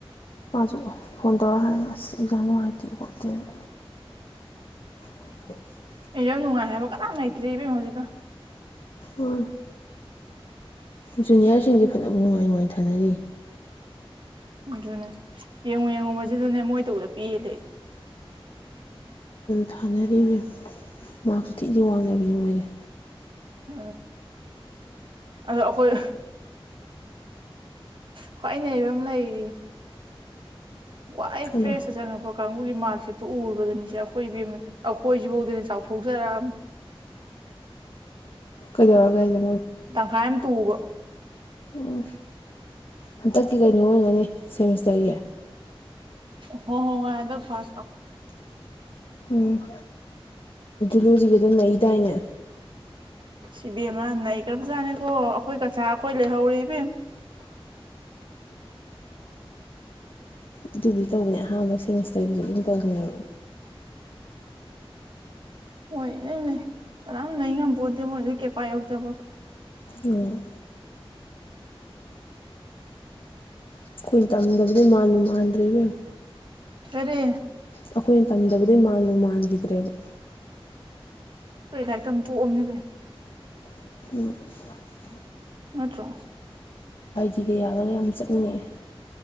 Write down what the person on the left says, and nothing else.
ꯃꯥꯁꯨ ꯐꯣꯟ ꯇꯧꯔꯒ ꯍꯥꯏꯔꯃꯦ ꯑꯁ ꯑꯦꯛꯖꯥꯝ ꯅꯨꯡꯉꯥꯏꯇꯦ ꯈꯣꯠꯇꯦꯅ <inaudible>
<unintelligible> ꯖꯨꯅꯤꯌꯥꯔꯁꯤꯡꯗꯤ ꯐꯅꯕꯨ ꯅꯨꯡꯉꯥꯏ ꯅꯨꯡꯉꯥꯏ ꯊꯥꯅꯔꯤꯌꯦ
ꯊꯥꯅꯗꯦ ꯏꯕꯦꯝꯃꯥ ꯃꯥꯛꯁꯨ ꯊꯤ ꯗꯤ ꯋꯥꯡꯅꯕꯤꯅꯤ ꯃꯣꯏꯗꯤ
ꯀꯅꯥ
ꯀꯩꯗꯧꯔꯒꯦ ꯍꯥꯏꯖꯦ
ꯎꯝ ꯍꯟꯗꯛꯀꯤ ꯀꯩꯅꯣ ꯑꯣꯏꯔꯝꯒꯅꯤ ꯁꯦꯃꯤꯁꯇꯔꯒꯤ
ꯎꯝ ꯂꯨꯖꯤꯛꯁꯤꯗ ꯅꯩꯗꯥꯏꯅꯦ
ꯑꯗꯨꯕꯨꯗꯤ ꯇꯧꯕꯅꯦ ꯑꯍꯥꯟꯕ ꯁꯦꯃꯤꯁꯇꯔꯒꯤꯁꯨ ꯑꯗꯨꯝ ꯇꯧꯕꯅꯦꯕ
ꯎꯝ ꯑꯩꯈꯣꯏꯅ ꯇꯝꯗꯕꯗꯩ ꯃꯥꯟꯕ ꯃꯥꯟꯗ꯭ꯔꯦꯕ
ꯑꯩꯈꯣꯏꯅ ꯇꯝꯗꯕꯗꯒꯤꯩ ꯃꯥꯟꯕꯕꯨ ꯃꯥꯟꯈꯤꯗ꯭ꯔꯦꯕ
ꯑ
ꯐꯇꯤꯒ ꯌꯥꯜꯂꯒ ꯌꯥꯝ ꯆꯠꯅꯤꯡꯉꯛꯑꯦ